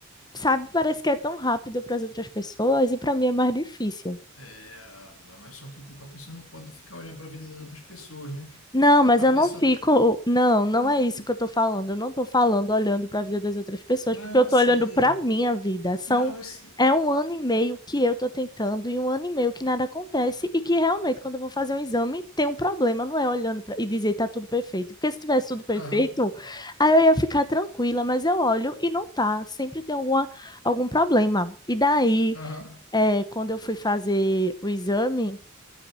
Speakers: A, on the left; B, on the left.
A: sabe, parece que é tão rápido para as outras pessoas e para mim é mais difícil.
B: É, ah, mas só que tipo, a pessoa não pode ficar olhando para a vida das outras pessoas, né?
A: Não, mas
B: A
A: eu
B: pessoa
A: não fico.
B: tem.
A: Não, não
B: N-
A: é isso que eu tô falando. Eu não tô falando olhando para a vida das outras pessoas,
B: Não,
A: porque eu
B: eu
A: tô
B: sei.
A: olhando para minha vida. São
B: Não, eu sei.
A: é um ano e meio que eu tô tentando e um ano e meio que nada acontece e que realmente quando eu vou fazer um exame tem um problema, não é olhando pra... e dizer tá tudo perfeito. Porque se tivesse tudo perfeito,
B: Aham,
A: aí eu ia ficar tranquila, mas eu olho e não tá, sempre tem alguma algum problema. E daí,
B: aham,
A: é, quando eu fui fazer o exame,